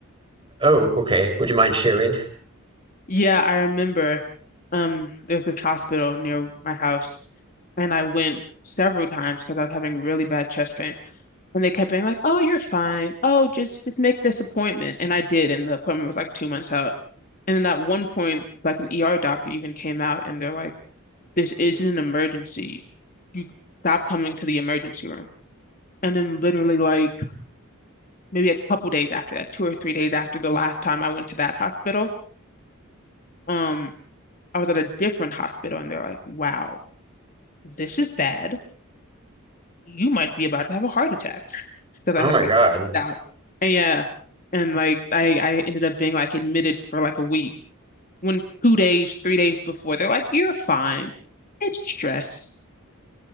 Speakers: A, on the right; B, on the left.
A: Oh, okay. Would you mind sharing?
B: Yeah, I remember um there's this hospital near my house and I went several times because I was having really bad chest pain. And they kept being like, "Oh, you're fine. Oh, just, just make this appointment." And I did, and the appointment was like two months out. And then at one point, like an ER doctor even came out and they're like, "This isn't an emergency. You stop coming to the emergency room." And then literally like maybe a couple days after that, two or three days after the last time I went to that hospital, um I was at a different hospital and they're like, wow, this is bad. You might be about to have a heart attack because
A: Oh
B: I had
A: my
B: like
A: God.
B: doubt. And yeah. And like I, I ended up being like admitted for like a week. When two days, three days before, they're like, you're fine. It's stress.